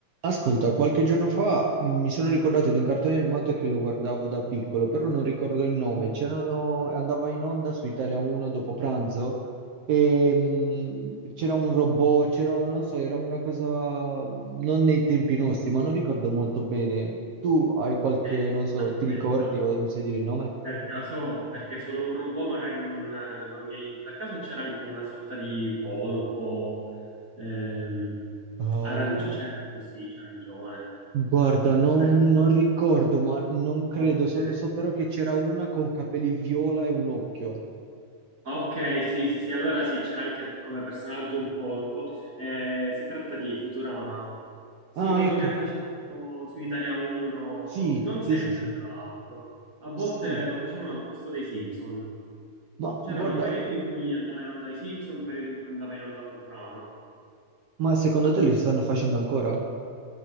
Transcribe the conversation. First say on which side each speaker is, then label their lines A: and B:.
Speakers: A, on the right; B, on the right.
A: Ascolta, qualche giorno fa mh, mi sono ricordato di un cartone animato che lo guardavo da piccolo, però non ricordo il nome. C'erano- andava in onda su Italia 1 dopo pranzo e mh, c'era un robot, c'era, non so, era una cosa mh, non nei tempi nostri, ma non ricordo molto bene. Tu hai qualche,
B: Eh,
A: non so,
B: aspetta,
A: ti ricordi o mi sai dire il nome?
B: per caso, perché solo un robot magari non, eh, non mi aiuta. Per caso c'era anche una sorta di polpo, ehm,
A: Ah,
B: arancio, c'era così, c'era arancione.
A: guarda, non,
B: Per-
A: non ricordo, ma non credo.
B: ok.
A: So, so però che c'era una con capelli viola e un occhio.
B: Ok, sì, sì, sì, allora sì, c'era anche il- come personaggio il polpo. Eh, si tratta di Futurama. Sì,
A: Ah,
B: quello
A: ecco.
B: che facevo su Italia 1,
A: Sì,
B: non
A: sì,
B: sempre,
A: sì, sì,
B: tra l'altro. A volte
A: sì.
B: lo facevano al posto dei Simpson.
A: Ma
B: C'erano
A: guarda,
B: periodi in cui andava in onda i Simpson, periodi in cui andava in onda Futurama.
A: ma secondo te li stanno facendo ancora?